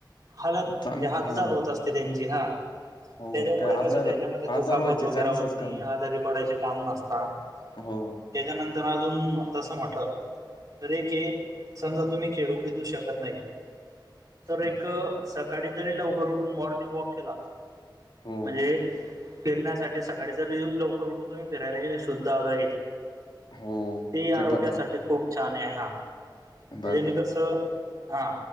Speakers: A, on the right (about 45°); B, on the left (about 75°).
A: हळत
B: चांग
A: म्हणजे हळत
B: ह
A: चालू होत असते त्यांची हां.
B: हो
A: त्याच्यामुळे
B: काय
A: कस
B: आजार
A: त्याच्यामध्ये दुखापत
B: आजार व्हायचे
A: वगैर
B: चान्सेस
A: होत नाही
B: कमी
A: आजारी पडायचे काम नस ता,
B: हो
A: त्याच्यानंतर अजून म तस म्हटलं जरी के, समजा तुम्ही खेळू <unintelligible> देऊ शकत नाही. तर
B: बर
A: एक सकाळी तरी लवकर उठून मॉर्निंग वॉक केला,
B: हो.
A: म्हणजे, फिरण्यासाठी सकाळी जरी लवकर उठून तुम्ही फिरायला गेले शुद्ध हाव्या,
B: हो
A: ती आरोग्यासाठी
B: ते पण चांग
A: खूप छान आहे हा,
B: बरोबर
A: त्याज्यानी कस हा,